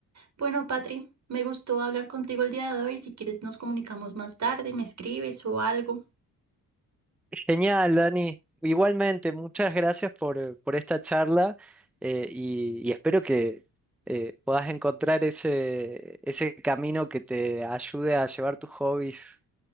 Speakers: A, on the right (about 45°); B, in the centre.
A: Bueno, Patri, me gustó hablar contigo el día de hoy. Si quieres, nos comunicamos más tarde, me escribes o algo.
B: Genial, Dani. Igualmente, muchas gracias por, eh, por esta charla eh, y, y espero que eh, puedas encontrar ese, ese camino que te ayude a llevar tus hobbies